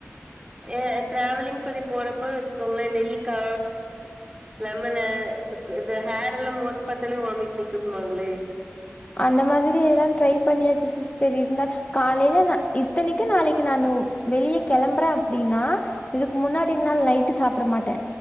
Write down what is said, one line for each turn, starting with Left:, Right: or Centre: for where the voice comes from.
Right: ஏ ட்ராவலிங் பண்ணி போறப்ப வச்சுக்கோங்களே நெல்லிக்கா லெமனு இந்த ஹேர் எல்லா மோந்து பத்தாலே வாமிட் நிக்கும்பாங்ளே
Left: அந்த மாதிரி எல்லா ட்ரை பண்ணியாச்சு சிஸ்டர் இருந்தா காலைய்ல ந இத்தனைக்கு நாளைக்கு நானு வெளிய கிளம்புறே அப்டின்னா இதுக்கு முன்னாடி நாள் நைட்டு சாப்ட மாட்ட